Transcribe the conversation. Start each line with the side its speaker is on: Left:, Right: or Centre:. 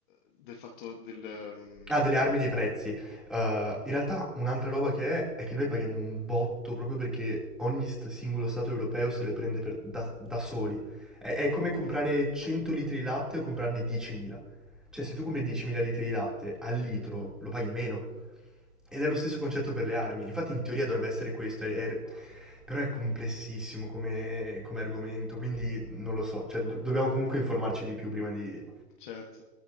Left: del fatto del... ehm,
Centre: Ah, delle armi dei prezzi. Eh, in realtà un'altra roba che è è che noi paghiamo un botto proprio perché ogni st- singolo stato europeo se le prende per- da, da soli. È, è come comprare 100 litri di latte o comprarne 10.000. Cioè, se tu compri 10.000 litri di latte al litro lo paghi meno. Ed è lo stesso concetto per le armi. Infatti, in teoria dovrebbe essere questo. è- è- però è complessissimo come, come argomento, quindi non lo so. Cioè, do- dobbiamo comunque informarci di più prima di
Left: certo.